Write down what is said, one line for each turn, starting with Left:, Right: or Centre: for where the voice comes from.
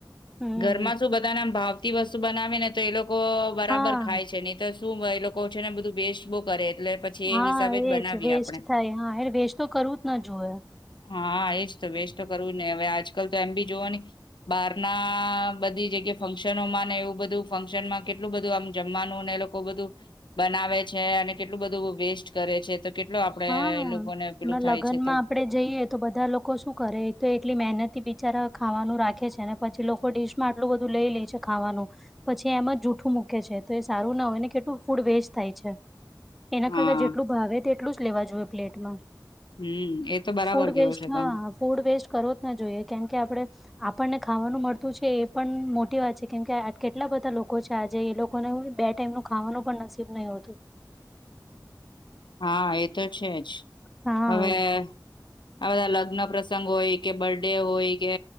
Centre: હમ.
Left: ઘર માં શું બધાનેમ ભાવતી વસ્તુ બનાવે ને તો એ લોકો બરાબર
Centre: હા
Left: ખાય છે ને. શું એ લોકો છે ને બધું વેસ્ટ બો કરે. એટલે પછી
Centre: હા
Left: એ હિસાબે જ
Centre: એજ
Left: બનાવીએ
Centre: વેસ્ટ
Left: આપણે
Centre: થાય હા એ વેસ્ટ તો કરવું જ ન જોવે.
Left: હા એજ તો વેસ્ટ તો કરવું નહી હવે આજકાલ તો એમ બી જોવાની બહાર ના બધી જગ્યા ફંક્શનોમાં ને એવું બધું ફંક્શન માં કેટલું બધું આમ જમવાનું એ લોક. લોકો બધું બનાવે છે અને કેટલું બધું વેસ્ટ કરે છે. તો કેટલો આપડે
Centre: હા.
Left: એ લોકોને પેલું
Centre: હમણાં
Left: થાય
Centre: લગ્નમાં
Left: છે તો.
Centre: આપડે જઈએ તો બધા લોકો શું કરે તો એટલી મહેનત બિચારા ખાવાનું રાખે છે ને પછી લોકો ડિશ માં આટલું બધું લઈ લે છે ખાવાનું. પછી એ એમાં જૂઠું મૂકે છે તો એ સારું ના હોય ને કેટલું ફૂડ વેસ્ટ થાય છે. એના
Left: હા
Centre: કરતા જેટલું ભાવે તેટલું જ લેવા જોઈએ પ્લેટમાં.
Left: હમ એ તો બરાબર
Centre: ફૂડ
Left: કેયો
Centre: વેસ્ટ
Left: છે
Centre: હા
Left: તમ.
Centre: ફૂડ વેસ્ટ કરો જ ના જોઈએ કેમ કે આપડણે આપણને ખાવાનું મળતું છે એ પણ મોટી વાત છે કેમકે કેટલા બધા લોકો છે આજે એ લોક લોકોને બે ટાઈમ નું ખાવાનું પણ નસીબ નહ હોતું.
Left: હા એ તો છે જ
Centre: હા.
Left: હવે. આ બધા લગ્ન પ્રસંગ હોય કે બર્ડે હોય કે